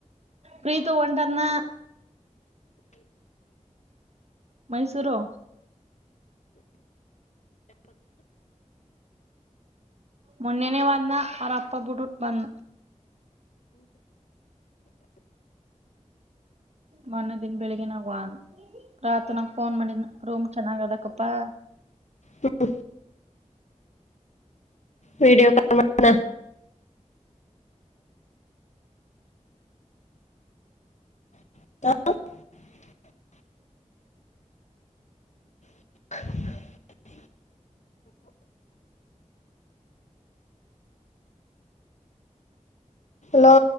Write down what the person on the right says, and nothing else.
ಪ್ರೀತು ಹೊಟನ್ನ ಮೈಸೂರು ಮೊನ್ನೆನೇ ಹೊದ್ನ ಅವರಪ್ಪ ಬುಟ್ಟುಬಾನ್ ಮೊನ್ನೆ ದನ್ ಬೆಳಿಗ್ಗಿನಾಗುವ ರಾತ್ ನಂಗ ಫೋನ್ ಮಾಡಿದ ರೂಮ್ ಚೆನ್ನಾಗ್ ಅದಕಪ್ಪಾ